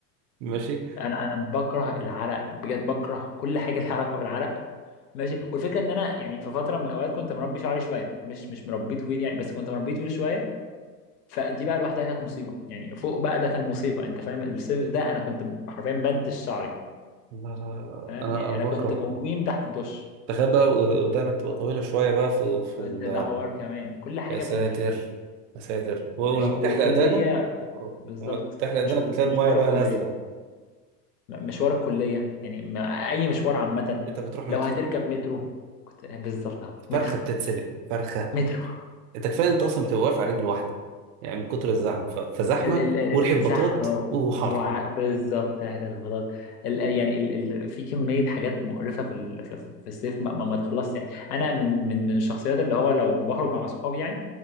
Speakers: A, on the right; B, on the left.
A: ماشي
B: انا انا بكره العرق بجد بكره كل حاجه لها علاقه بالعرق ماشي والفكره ان انا يعني في فتره من الاوقات كنت مربي شعري شويه مش مش مربيه طويل يعني بس كنت مربيه طويل شويه فدي بقى لوحدها كانت مصيبه يعني فوق بقى ده كان مصيبه انت فاهم الصيف ده انا كنت حرفيا بنتش شعري
A: لا لا لا،
B: فاهم
A: انا
B: يعني
A: انا
B: انا
A: بكره
B: كنت مقيم تحت الدش
A: تخيل بقى ودانك تبقى طويلة شوية بقى في في ال...
B: ده, ده حوار كمان كل حاجه
A: يا ساتر
B: في ال- في ال-
A: يا ساتر ولما
B: مش والكليه
A: تحلق دانك
B: بالظبط
A: لما تحلق
B: مش
A: دانك
B: مشوار
A: وتلاقي المايه بقى
B: الكليه
A: نازلة
B: م- مشوار الكليه يعني ما- اي مشوار عامه
A: انت بتروح مترو
B: لو هتركب مترو كنت بالظبط اهو
A: فرخة
B: مترو
A: بتتسلق فرخة
B: مترو
A: انت كفاية انت اصلا بتبقى واقف على رجل واحدة يعني من كتر الزحمة ف... فزحمة
B: ال ال
A: وريحة بطاط
B: زحمة
A: وحر
B: وع... بالظبط ريحة البطاطا ال يعني ال ال في كمية حاجات مقرفة في ال في في الصيف ما, ما, ما تخلصش يعني أنا من من من الشخصيات اللي هو لو ما بخرج مع صحابي يعني